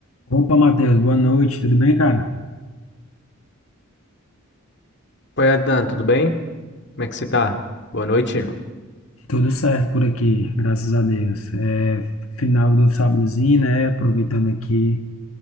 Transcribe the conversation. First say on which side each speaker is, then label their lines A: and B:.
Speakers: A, on the left; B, on the left.
A: Opa, Matheus, boa noite, tudo bem, cara?
B: Oi, Adan, tudo bem? Como é que você tá? Boa noite.
A: Tudo certo por aqui, graças a Deus. É final do sábadozinho, né? Aproveitando aqui